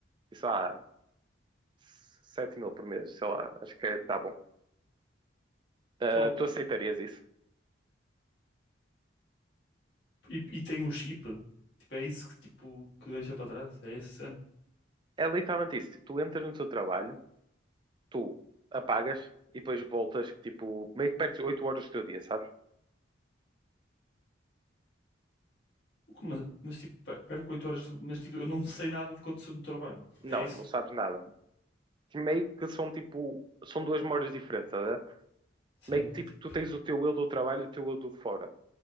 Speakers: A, on the right (about 25°); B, on the left (about 60°).
A: E sei lá, sete mil por mês, sei lá, acho que está bom. Ah,
B: Top.
A: tu aceitarias isso?
B: E, e tem um chip? Tipo, é isso que, tipo, que deixa para trás? É essa cena?
A: É literalmente isso. Tipo, tu entras no teu trabalho, tu apagas e depois voltas, tipo, meio que perdes 8 horas do teu dia, sabes?
B: Como- Mas, tipo, per- perco oito horas. de- Mas, tipo, eu não sei nada de que aconteceu no trabalho.
A: Não,
B: É isso?
A: não sabes nada. Que meio que são tipo, são duas memórias diferentes, tá a ver?
B: Sim.
A: Meio que tipo,
B: Tipo,
A: tu tens o teu eu do trabalho e o teu eu do fora.